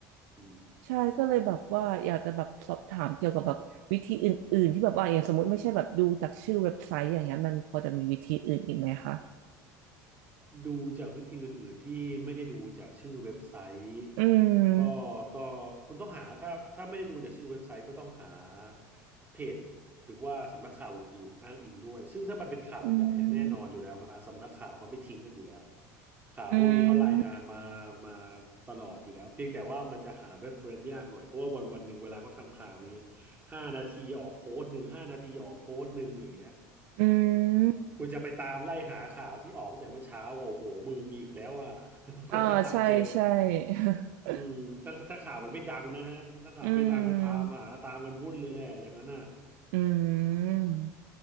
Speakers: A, on the right (about 20°); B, on the right (about 75°).
A: อืม
B: ใช่ก็เลยแบบว่าอยากจะแบบสอบถามเกี่ยวกับแบบวิธีอื่นๆที่แบบว่าอย่างสมมติไม่ใช่แบบดูจากชื่อเว็บไซต์อย่างเงี้ยมันพอจะมีวิธีอื่นอีกไหมคะ
A: ดูจากวิธีอื่นๆที่ไม่ได้ดูจากชื่อเว็บไซต์
B: อืม
A: ก็ก็คุณต้องหาถ้าถ้าไม่ได้ดูจากชื่อเว็บไซต์ก็ต้องหาเพจหรือว่าสำนักข่าวอื่นๆอ้างอิงด้วยซึ่งถ้ามันเป็นข่าวใหญ่อะแน่นอนอยู่แล้วฮะสำนักข่าวเขาไม่ทิ้งกันอยู่แล้ว
B: อืม
A: ข่าวพวกนี้เขารายงานมามา
B: อืม
A: ตลอดอยู่แล้วเพียงแต่ว่ามันจะหา reference ยากหน่อยเพราะว่าวันวันหนึ่งเวลาเขาทำข่าวอย่างเงี้ยห้านาทีออกโพสต์หนึ่งห้านาทีออกโพสต์หนึ่งอย่างเงี้ย
B: อืม
A: คุณจะไปตามไล่หาข่าวที่ออกตั้งแต่เมื่อเช้าก็โอ้โหมือหงิกแล้วอ่ะ <laughs> กว่าจะหาเจออะ
B: อ่าใช่ใช่ <laughs>
A: อืมถ้าถ้าข่าวมันไม่ดังนะฮะถ้าข่าวไม่ดังก็ตามหาตามกันวุ่นเลยแหละอย่างนั้นน่ะ
B: อืมอืม